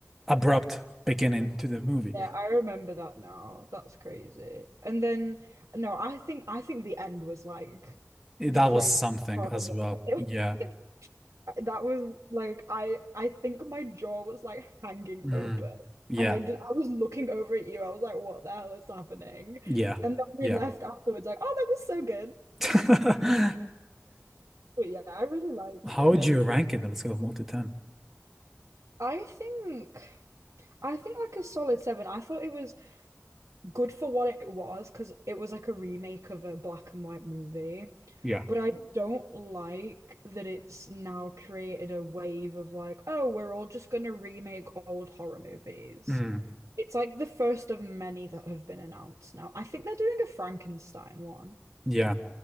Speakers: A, in the centre; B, on the right.
A: abrupt beginning to the movie.
B: Yeah, I remember that now. That's crazy. And then no, I think I think the end was like
A: Eh,
B: the
A: That
B: crazy
A: was something
B: part
A: as
B: of it.
A: well.
B: all.
A: Yeah.
B: <laughs> That was like I I think my jaw was like hanging
A: Mm.
B: open.
A: Yeah.
B: And I did I was looking over at you. I was like, what the hell is happening?
A: Yeah.
B: And then we
A: Yeah.
B: left afterwards like, oh, that was so good.
A: <laughs>
B: But yeah, I really liked
A: How
B: it.
A: would you rank it on a scale of one to ten?
B: I think I think like a solid seven. I thought it was good for what it was because it was like a remake of a black and white movie.
A: Yeah.
B: But I don't like that it's now created a wave of like, oh, we're all just gonna remake old horror movies.
A: Mm.
B: It's like the first of many that have been announced now. I think they're doing a Frankenstein one,
A: Yeah.